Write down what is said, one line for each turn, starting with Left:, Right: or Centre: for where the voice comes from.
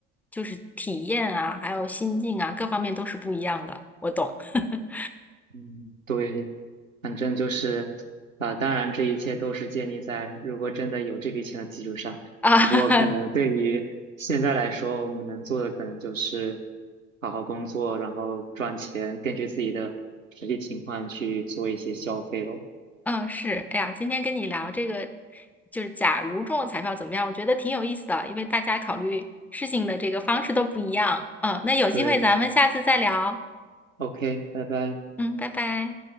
Centre: 就是体验啊，还有心境啊，各方面都是不一样的。我懂 <laughs>
Right: 嗯对，反正就是，啊、当然这一切都是建立在如果真的有这笔钱的基础上。
Centre: 啊，<laughs>
Right: 不过可能对于现在来说，我们能做的可能就是好好工作，然后赚钱，根据自己的实际情况去做一些消费咯。
Centre: 嗯，是，哎呀，今天跟你聊这个，就是假如中了彩票怎么样？我觉得挺有意思的，因为大家考虑事情的这个方式都不一样。嗯，那有机会咱们下次再聊。
Right: 对，OK，拜拜。
Centre: 嗯，拜拜。